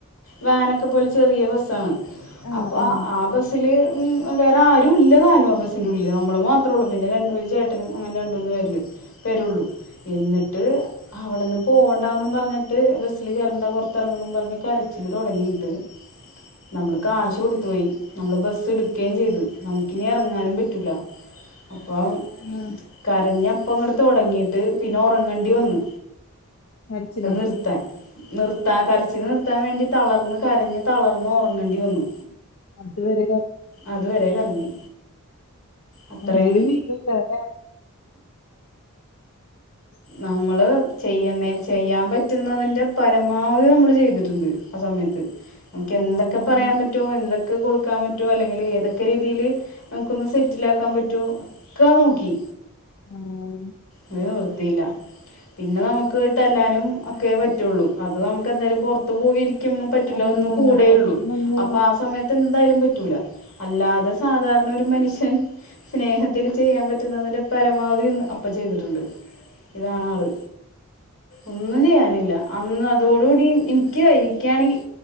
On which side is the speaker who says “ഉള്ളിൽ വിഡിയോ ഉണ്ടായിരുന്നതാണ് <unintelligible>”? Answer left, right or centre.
Left